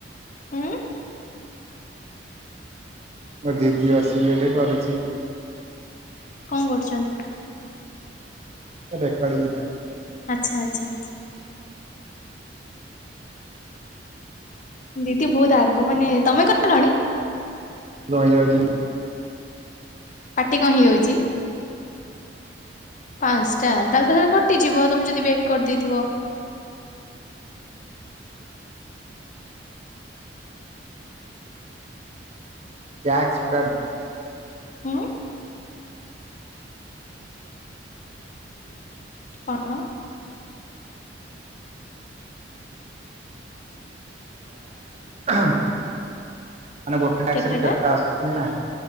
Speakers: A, on the left; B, on the right.
A: ହୁଁ?
B: ମୋ ଦିଦି ଆସିକି ଏଇଠି କରିଛି।
A: କଣ କରୁଛନ୍ତି?
B: ଏ ରେକଡ଼ିଂ।
A: ଆଚ୍ଛା ଆଚ୍ଛା ଆଚ୍ଛା। ଦିଦି ବହୁତ ଆଗ ମାନେ, ତମେ କହିଲଣି?
B: ରହି ଯାଉଛି।
A: ପାଟି କଣ ହେଇଯାଉଛି? ପାଞ୍ଚଟା ତାହେଲେ ତ ସେଟା କଟିଯିବ ତମେ ଯଦି ବେକ୍ କରିଦେଇଥିବ।
B: ଟ୍ୟାକ୍ସ ପୁରା
A: ହଁ କଣ?
B: ମାନେ ଗୋଟେ ଟାକ୍ସିରେ
A: କେତେଟା?
B: ତେରଟା ଆସୁଛି ନା?